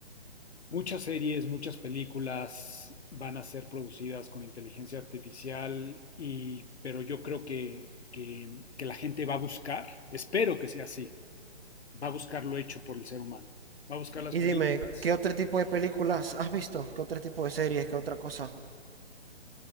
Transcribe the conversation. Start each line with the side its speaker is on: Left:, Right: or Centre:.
Left: muchas series, muchas películas van a ser producidas con inteligencia artificial, y, pero yo creo que, que, que la gente va a buscar, espero que sea así, va a buscar lo hecho por el ser humano, va a buscar las
Right: Y
Left: películas.
Right: dime, ¿qué otro tipo de películas has visto? ¿Qué otro tipo de series? ¿Qué otra cosa?